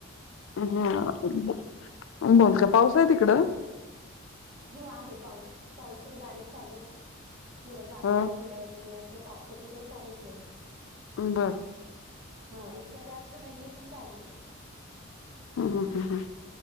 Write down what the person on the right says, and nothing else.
हो आहे पाऊस, पाऊस रे बारीक चालू आहे. थोडा जातोय,
थोडा येतोय हे असं पावसाच चालूच आहे.
हा इतकं जास्त नाहीये पण चालू आहे.